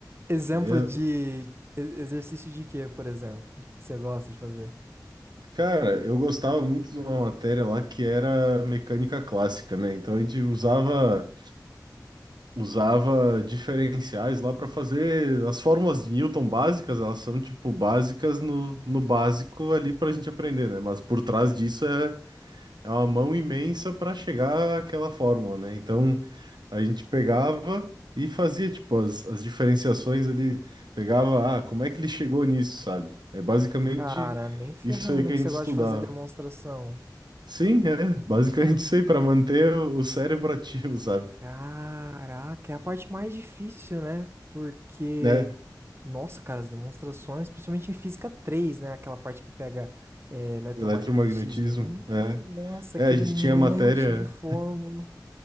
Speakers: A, on the right; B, on the right.
A: Exemplo
B: Aí, eu-
A: de e- exercício de quê, por exemplo, que você gosta de fazer?
B: cara, eu gostava muito de uma matéria lá que era mecânica clássica, né? Então a gente usava usava diferenciais lá pra fazer as fórmulas de Newton básicas, elas são tipo básicas no, no básico ali pra gente aprender, né? Mas por trás disso é é uma mão imensa para chegar àquela fórmula, né? Então a gente pegava e fazia tipo as, as diferenciações ali, pegava, ah, como é que ele chegou nisso, sabe? É basicamente
A: Cara, nem ferrando
B: isso aí que
A: que
B: a
A: você
B: gente estudava.
A: gosta de fazer demonstração.
B: Sim, é basicamente isso aí para manter o o cérebro ativo, sabe?
A: Caraca, é a parte mais difícil, né? Porque,
B: Né?
A: nossa, cara, as demonstrações, principalmente em física três, né? Aquela parte que pega é, eletromagnetismo.
B: Eletromagnetismo,
A: Hum,
B: é.
A: Nossa,
B: É,
A: aquele
B: a gente
A: monte
B: tinha matéria.
A: de fórmula.